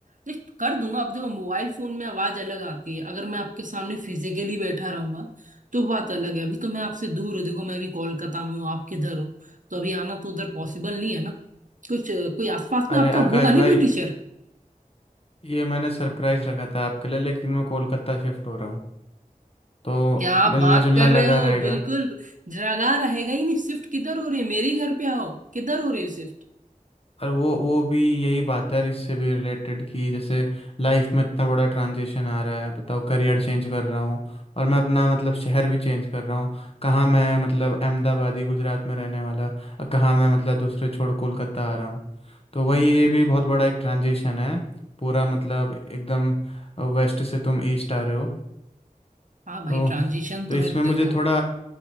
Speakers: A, on the right (about 60°); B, on the left (about 40°).
A: देख, कर दूंगा अब देखो मोबाइल फोन में आवाज अलग आती है अगर मैं आपके सामने फिजिकली बैठा रहूंगा तो बात अलग है अभी तो मैं आपसे दूर हूँ देखो मैं अभी कोलकाता में हूँ आप किधर हो तो अभी आना तो उधर पॉसिबल नहीं है ना कुछ कोई आसपास
B: अरे
A: में आपका
B: आकाश
A: होगा नहीं
B: भाई
A: कोई टीचर
B: ये मैंने सरप्राइज रखा था आपके लिए लेकिन मैं कोलकाता शिफ्ट हो रहा हूँ तो
A: क्या आप
B: मिलना
A: बात
B: जुलना
A: कर
B: लगा
A: रहे हो
B: रहेगा
A: बिल्कुल जगह रहेगा ही नहीं शिफ्ट किधर हो रही है मेरे ही घर पे आओ किधर हो रही है शिफ्ट
B: और वो वो भी यही बात है यार इससे भी रिलेटेड कि जैसे लाइफ में इतना बड़ा ट्रांजिशन आ रहा है बताओ करियर चेंज कर रहा हूँ और मैं अपना मतलब शहर भी चेंज कर रहा हूँ कहाँ मैं मतलब अहमदाबादी गुजरात में रहने वाला और कहाँ मैं मतलब दूसरे छोड़ कोलकाता आ रहा हूँ तो वही है, ये भी बहुत बड़ा एक ट्रांजिशन है पूरा मतलब एकदम वेस्ट से तुम ईस्ट आ रहे हो
A: हाँ भाई
B: तो
A: ट्रांजिशन तो
B: तो इसमें
A: है देखो
B: मुझे थोड़ा